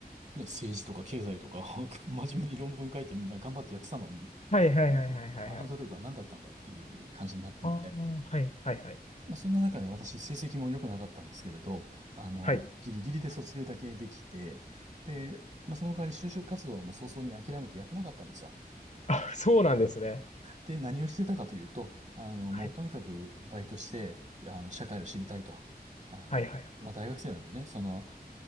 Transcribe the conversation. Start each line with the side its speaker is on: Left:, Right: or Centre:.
Right: ね、政治とか経済とか <laughs> 真面目に論文書いてみんな頑張ってやってたのに
Left: はいはいはいはいはいはい。
Right: <laughs> あの努力は何だったんだっていう感じになっていて。
Left: ああ、はいはいはい。
Right: まあ、そんな中で私成績も良くなかったんですけれど、あの、
Left: はい。
Right: ギリギリで卒業だけできて、で、まあ、その代わり就職活動はもう早々に諦めてやってなかったんですよ。
Left: あ、<laughs> そうなんですね。
Right: で、何をしてたかというと、あの、
Left: はい。
Right: もうとにかくバイトして、あの、社会を知りたいと。あの、
Left: はいはいはい。
Right: まあ、大学生なんでね、その、